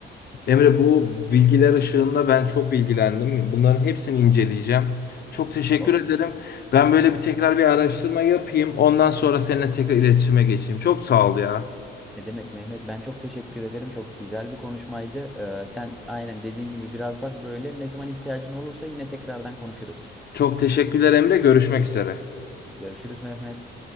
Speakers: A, on the left (about 55°); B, in the centre.
A: Emre bu bilgiler ışığında ben çok bilgilendim. Bunların hepsini inceleyeceğim. Çok teşekkür
B: Olur.
A: ederim. Ben
B: Tamam.
A: böyle bir tekrar bir araştırma yapayım. Ondan sonra seninle tekrar iletişime geçeyim. Çok sağ ol ya.
B: Ne demek Mehmet? Ben çok teşekkür ederim. Çok güzel bir konuşmaydı. Ee, sen aynen dediğin gibi biraz bak böyle ne zaman ihtiyacın olursa yine tekrardan konuşuruz.
A: Çok teşekkürler Emre. Görüşmek üzere.
B: Görüşürüz Mehmet.